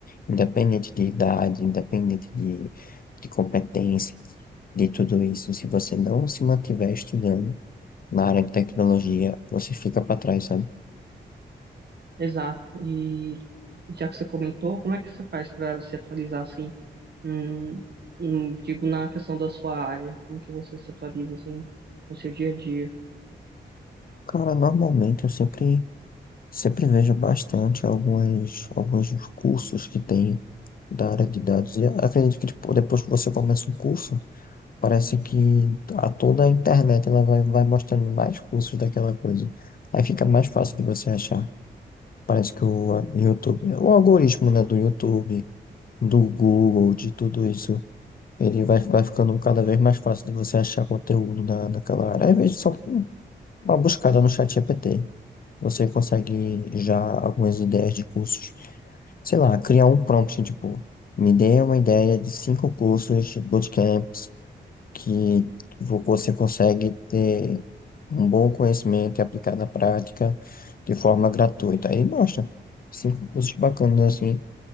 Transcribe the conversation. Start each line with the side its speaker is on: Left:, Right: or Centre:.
Left: Independente de idade, independente de, de competência, de tudo isso, se você não se mantiver estudando na área de tecnologia, você fica para trás, sabe?
Right: Exato. E já que você comentou, como é que você faz para se atualizar assim? Hum, hum, digo na questão da sua área, como que você se atualiza assim no seu dia a dia?
Left: Cara, normalmente eu sempre Sempre vejo bastante alguns, alguns cursos que tem da área de dados. E acredito que tipo, depois que você começa um curso, parece que a toda a internet ela vai, vai mostrando mais cursos daquela coisa. Aí fica mais fácil de você achar. Parece que o YouTube, o algoritmo, né, do YouTube, do Google, de tudo isso, ele vai, vai ficando cada vez mais fácil de você achar conteúdo na, naquela área. Às vezes só com uma buscada no chat GPT Você consegue já algumas ideias de cursos sei lá, criar um prompt, assim, tipo, me dê uma ideia de cinco cursos, bootcamps, que vo- você consegue ter um bom conhecimento e aplicar na prática de forma gratuita. Aí mostra cinco cursos bacanas assim.